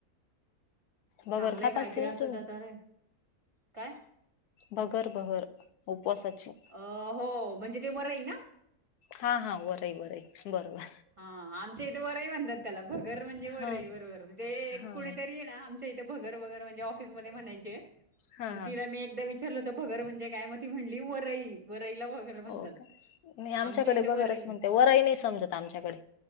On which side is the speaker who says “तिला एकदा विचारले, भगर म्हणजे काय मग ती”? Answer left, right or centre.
Right